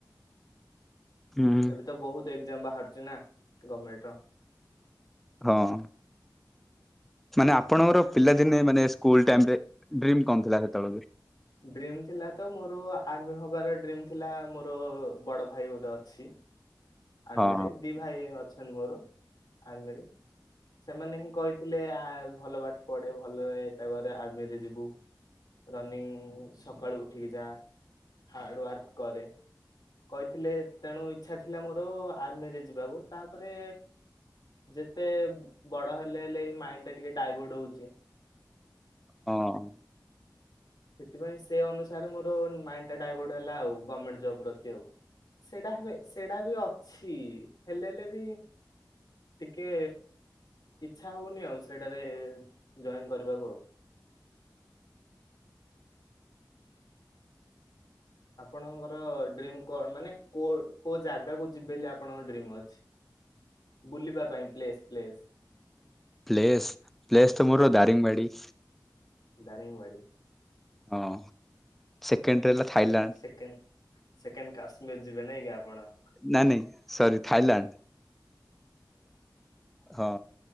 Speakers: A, in the centre; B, on the left.
A: ହୁଁ
B: ଏବେ ତ ବହୁତ ଏକ୍ଜାମ୍ ବାହାରୁଚି ନା ଗଭମେଣ୍ଟ ର।
A: ହଁ। ମାନେ ଆପଣଙ୍କର ପିଲାଦିନେ ମାନେ ସ୍କୁଲ ଟାଇମ୍ ରେ ଡ୍ରୀମ୍ କଣ ଥିଲା ସେତବେଳେକୁ?
B: ଡ୍ରିମ ଥିଲା ତ ମୋର ଆର୍ମି ହବାର ଡ୍ରିମ ଥିଲା ମୋର ବଡ଼ ଭାଇ ଗୋଟେ ଅଛି। ଆର୍ମିରେ
A: ହଁ
B: ଦି ଭାଇ ଅଛନ୍ତି ମୋର ଆର୍ମିରେ। ସେମାନେ ହିଁ କହିଥିଲେ ଆ ଭଲ ପାଠ ପଢ଼େ ଭଲ ତା ପରେ ଆର୍ମିରେ ଯିବୁ। ରନିଂ ସକାଳୁ ଉଠିକି ଯା ହାର୍ଡ ୱାର୍କ କରେ। କହିଥିଲେ ତେଣୁ ଇଚ୍ଛା ଥିଲା ମୋର ଆର୍ମିରେ ଯିବାକୁ ତାପରେ ଯେତେ ବଡ଼ ହେଲେ ହେଲେ ମାଇଣ୍ଡ ଟା ଟିକେ ଡାଇଭର୍ଟ ହଉଚି।
A: ହଁ।
B: ସେଥିପାଇଁ ସେ ଅନୁସାରେ ମୋର ମାଇଣ୍ଡ ଟା ଡାଇଭର୍ଟ ହେଲା ଆଉ ଗମେଣ୍ଟ ଜବ ପ୍ରତି ଆଉ। ସେଇଟା ହେବେ ସେଇଟା ବି ଅଛି ହେଲେ ହେଲେ ବି ଟିକେ ଇଚ୍ଛା ହଉନି ଆଉ ସେଟାରେ ଜଏନ୍ କରିବାକୁ ଆଉ। ଆପଣଙ୍କର ଡ୍ରିମ କଣ ମାନେ କୋଉ କୋଉ ଜାଗାକୁ ଯିବେ ବୋଲି ଆପଣଙ୍କ ଡ୍ରିମ୍ ଅଛି। ବୁଲିବା ପାଇଁ ପ୍ଲେସ୍ ପ୍ଲେସ୍।
A: ପ୍ଲେସ୍ ପ୍ଲେସ୍ ତ ମୋର ଦାରିଙ୍ଗବାଡି।
B: ଦାରିଙ୍ଗବାଡ଼ି।
A: ହଁ ସେକେଣ୍ଡରେ ଥାଇଲାଣ୍ଡ
B: ସେକେଣ୍ଡ ସେକେଣ୍ଡ କାଶ୍ମୀର ଯିବେ ନାଇଁ କି ଆପଣ?
A: ନାଇଁ ନାଇଁ ସରି ଥାଇଲାଣ୍ଡ। ହଁ